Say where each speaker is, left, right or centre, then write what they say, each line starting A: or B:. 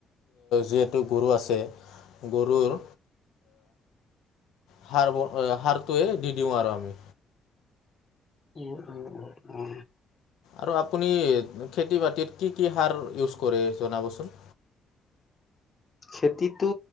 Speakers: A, on the left; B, on the left.
A: যিহেতু গৰু আছে। গৰুৰ। হাৰ ব সাৰটোৱে দি দিওঁ আৰু আমি।
B: উ উ উ উ।
A: আৰু আপুনি খেতি বাতিত কি কি সাৰ ইউজ কৰে জনাবচোন।।
B: খেতিতটো